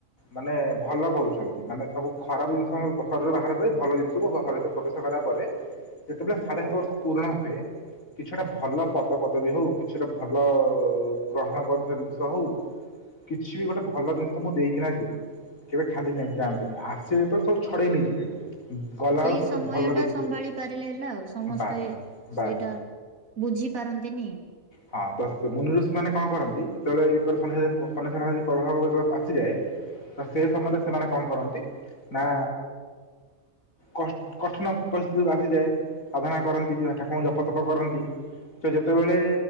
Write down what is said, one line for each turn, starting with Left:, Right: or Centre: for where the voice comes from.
Left: ମାନେ ଭଲ କରୁଛନ୍ତି। ମାନେ ସବୁ ଖରାପ ଜିନିଷ ଘରରୁ ବାହାର ଭଲ ଜିନିଷକୁ ଘରେ ପ୍ରବେଶ କରିବା ପରେ, ଯେତେବେଳେ ସାଢେ ସାତ ବର୍ଷ ପୂରଣ ହୁଏ କିଛି ଗୋଟେ ଭଲ ପଦପଦବୀ ହଉ, କିଛି ଗୋଟେ ଭଲ ଗ୍ରହଣ କରୁଥିବା ଜିନିଷ ହଉ କିଛିବି ଗୋଟେ ଭଲ ଜିନିଷ ମୁଁ ଦେଇକିନା ଯିବେ। କେବେ ଖାଲି ନାଇ ଯାଆନ୍ତନି, ଆସିବେ ଯେତଲେ ସବୁ ଛଡେଇ ନେଇଯିବେ। ଗଲା
Right: ସେଇ
Left: ବେଳକୁ
Right: ସମୟଟା
Left: ତ ଭଲ ଦେଇକି
Right: ସମ୍ଭାଳି
Left: ଯିବେ
Right: ପାରିଲେ ହେଲା ଆଉ, ସମସ୍ତେ
Left: ବାସ୍ ବାସ୍।
Right: ସେଇଟା ବୁଝିପାରନ୍ତିନି।
Left: ହଁ ତ ମୁନିରୁଋଷିମାନେ କଁ କରନ୍ତି, ଯେତେବେଳେନି <unintelligible> ଆସିଯାଏ। ତ ସେସମୟରେ ସେମାନେ କଣ କରନ୍ତି, ନା କସ କଠିନ ପରିସ୍ଥିତିକୁ ଆସିଯାଏ, ସାଧନା କରନ୍ତି ଯ ଠାକୁଙ୍କୁ ଜପତପ କରନ୍ତି। ସେ ଯେତେବେଳେ